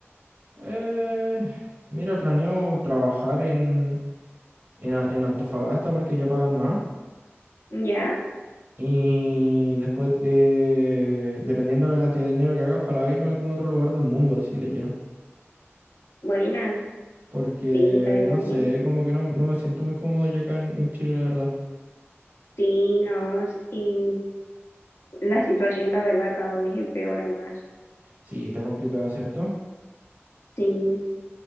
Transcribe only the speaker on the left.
Ya,
buena,
sí, estaría
bien.
Sí, no, y la situación, la verdad, cada vez empeora más.
Sí,